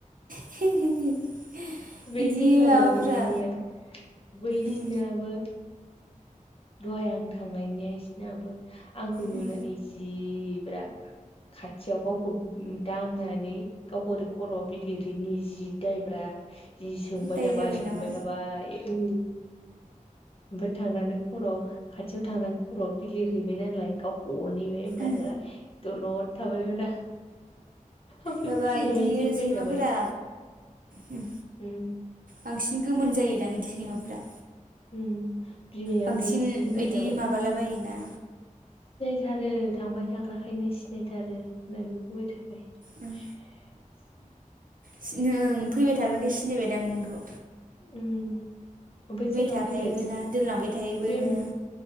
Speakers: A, on the right; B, on the left.
A: <unintelligible>
B: बे
A: इदि
B: जोंनाव
A: माबाफोरा
B: लाबोनायनिया बैसिनाबो
A: उम
B: दहाय आं थांनायनिया इसिनाबो आंखौ नुनानै
A: उम
B: जि ब्रा खाथियाव गावखौ दांनानै गावखो ओरि खर'आव बिलिरिनि जि दायब्रा जि सोंबाय
A: दाय
B: थाबाय
A: जाबाय
B: सोंबाय
A: नामा
B: थाबाय ओं ओमफ्राय थांनानै खर' खाथियाव थांना खर'आव बिलिर हैबाय नालाय गावखौ अनहैबाय होमबासो
A: उम
B: दलद थाबाय ब्रा ओमफ्राय
A: माबा
B: बिमाया इदि होनबाय
A: सैमाफोरा
B: थाबाय
A: उम
B: होम
A: बांसिन गोमोन जायोदां इदि सैमाफोरा
B: उम बिमाया
A: बांसिन
B: ओमफ्राय जि होनबाय
A: ऐदि
B: थाबाय
A: माबाला बायोना।
B: थारो थांबाय थाग्राखायनो सिनायथारो होननानै बुंबाय थाबाय।
A: उम।
B: <inaudible>
A: सिन ओं फैबाय थाग्राखाय सिनायबाय दां नोंखौ।
B: उम। ओमफ्राय जोंनाव
A: थाखायोबो
B: फैबाय।
A: ना दोनलांबाय थायोबो
B: जोंन
A: नोङो